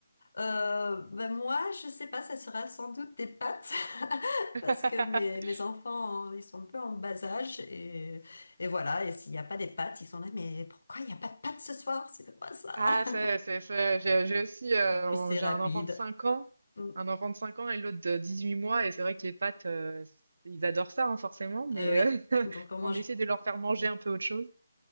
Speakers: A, on the left (about 60°); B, on the right (about 60°).
A: Euh, ben moi, je sais pas, ça sera sans doute des pâtes <laughs>
B: <laughs>
A: parce que mes, mes enfants, ils sont un peu en bas âge et, et voilà. Et s'il n'y a pas des pâtes, ils sont là, mais pourquoi il n'y a pas de pâtes ce soir? C'est quoi ça?
B: Ah,
A: <laughs>
B: c'est, c'est, c'est, j'ai j'ai aussi, euh,
A: Et puis
B: on-
A: c'est
B: j'ai
A: rapide.
B: un enfant de 5 ans,
A: Mm.
B: un enfant de 5 ans et l'autre de 18 mois, et c'est vrai que les pâtes, euh, ils adorent ça, hein, forcément, mais
A: Euh, oui,
B: euh,
A: donc
B: <laughs>
A: on mange.
B: on essaie de leur faire manger un peu autre chose.